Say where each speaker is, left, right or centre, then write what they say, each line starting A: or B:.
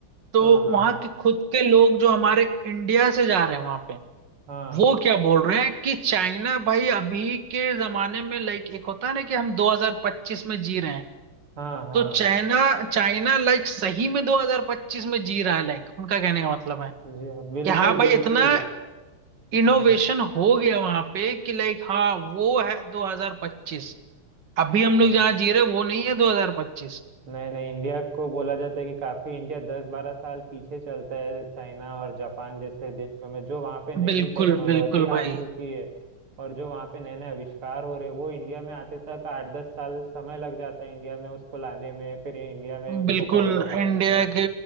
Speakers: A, on the right (about 55°); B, on the right (about 75°).
A: तो
B: हाँ हाँ
A: वहां के खुद के लोग जो हमारे इंडिया से जा रहे हैं वहां पे
B: हाँ
A: वो क्या बोल रहे हैं कि चाइना भाई अभी के जमाने में लाइक एक होता है ना कि हम 2025 में जी रहे हैं
B: हाँ हाँ
A: तो चाइना चाइना लाइक सही में 2025 में जी रहा है लाइक उनका कहने का मतलब है
B: जी हाँ बिल्कुल
A: कि हाँ
B: बिल्कुल
A: भाई इतना इनोवेशन
B: हाँ
A: हो गया वहां पे कि लाइक हाँ वो है 2025 अभी हम
B: हाँ
A: लोग जहाँ जी रहे हैं, वो नहीं है 2025
B: नहीं नहीं इंडिया को बोला जाता है कि काफी इंडिया दस बारह साल पीछे चलता है चाइना और जापान जैसे देशों में जो वहाँ पे नई
A: बिल्कुल
B: नई टेक्नोलॉजी
A: बिल्कुल
B: आ
A: भाई
B: चुकी है और जो वहाँ पे नए नए आविष्कार हो रहे हैं, वो इंडिया में आते तक आठ दस साल समय लग जाता है इंडिया में उसको लाने में फिर इंडिया में उसको
A: बिल्कुल
B: फॉलो करने
A: इंडिया
B: में
A: के